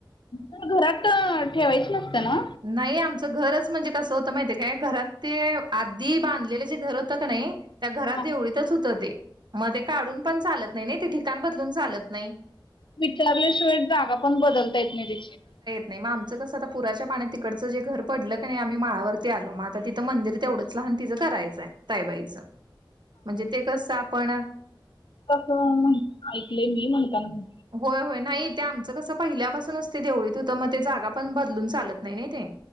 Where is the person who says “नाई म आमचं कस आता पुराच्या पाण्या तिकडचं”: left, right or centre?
Right